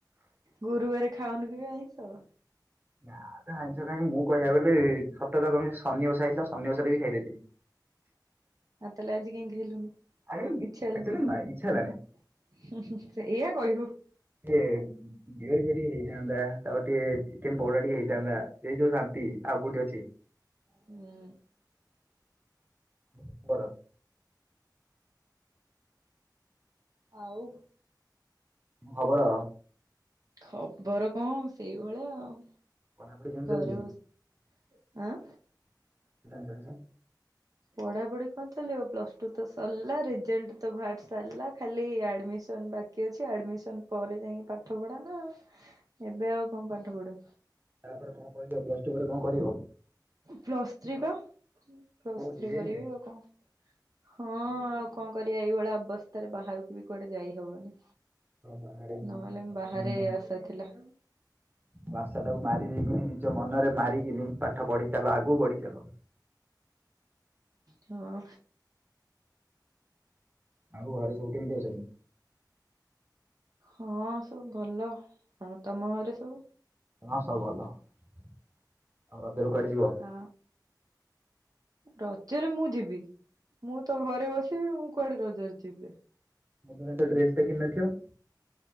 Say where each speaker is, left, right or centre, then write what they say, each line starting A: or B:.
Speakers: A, on the right; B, on the right.
A: ଗୁରୁବାରେ ଖାଉନି କିବେ ଆଇଁଷ?
B: ନା ତ ଆଇଁଷ ଖାଇବି ମୁଁ କହିବାକୁ ଗଲେ ସତ କଥା କହିବି ଶନି ବସା ହେଇଥିଲା ଶନି ଓଷାରେ ବି ଖାଇ ଦେଇଥିନି।
A: ଆ ତାହାଲେ ଆଜି କାଇଁ ଖାଇଲୁନି?
B: ଆରେ
A: ଇଛା ହେଲା
B: ଆକ୍ଚୁଆଲି ନା ଇଚ୍ଛା ହେଲାନି
A: ସେଇଆ କହିବୁ।
B: ଇଏ ବିଅର ଫିଅର ଟିକେ ହେଇଥାନ୍ତା ତାପରେ ଟିକେ ଚିକେନ ପକୋଡା ଟିକେ ହେଇଥାନ୍ତା ସେଇ ଯୋଉ ଶାନ୍ତି ଆଉ କୋଉଠି ଅଛି।
A: ହୁଁ।
B: <unintelligible>
A: ଆଉ
B: କଣ ଖବର?
A: ଖବର କଣ ସେଇଭଳିଆ ଆଉ।
B: ପଢାପଢି କେମିତି
A: ଘରେ
B: ଚାଲିଛି
A: ବସ ଆଁ?
B: ଟେନସନ୍।
A: ପଢା ପଢି କଣ ଚାଲିବ ପ୍ଲସ୍ ଟୁ ତ ସରିଲା ରେଜଲ୍ଟ ତ ବାହାରି ସାରାଲା ଖାଲି ଆଡମିସନ୍ ବାକି କି ଅଛି ଆଡମିସନ୍ ପରେ ଯାଇକି ପାଠ ପଢା ନା ଏବେ ଆଉ କଣ ପାଠ ପଢା।
B: ତାପରେ କଣ କରିବ ପ୍ଲସ ଟୁ ପରେ କଣ କରିବ
A: ପ୍ଲସ୍ ଥ୍ରୀ ପା ପ୍ଲସ୍
B: କୋଉଠି
A: ଥ୍ରୀ
B: ବିଏନ
A: କରିବି
B: ରେ
A: ଆଉ କଣ। ହଁ ଆଉ କଣ କରିବା ଏଇଭଳିଆ ଅବସ୍ଥାରେ ବାହାରକୁ ବି କୁଆଡେ ଯାଇ ହବନି।
B: ବାହାରେ
A: ନହେଲେ
B: ଦରକାର
A: ମ୍ ବାହାରେ
B: ନାହିଁ
A: ଆସାଥିଲା।
B: ଭାଷା <unintelligible> ନିଜ ମନରେ ମାରିକିନି ପାଠ ପଢି ଚାଲ ଆଗକୁ ବଢି ଚାଲ।
A: ହଁ।
B: ଆଉ ଘରେ ସବୁ କେମିତି ଅଛନ୍ତି?
A: ହଁ ସବୁ ଭଲ ହଁ ତମ ଘରେ ସବୁ?
B: ହଁ ସବୁ ଭଲ ଆଉ ରଜରେ କୁଆଡେ ଯିବ?
A: ହଁ। ରଜରେ ମୁଁ ଯିବି ମୁଁ ତ ଘରେ ବସିବି ମୁଁ କୁଆଡେ ରଜରେ ଯିବି।
B: ରଦ ପାଇଁ ତ ଡ୍ରେସ୍ ଟେ କିଣି ନଥିବ?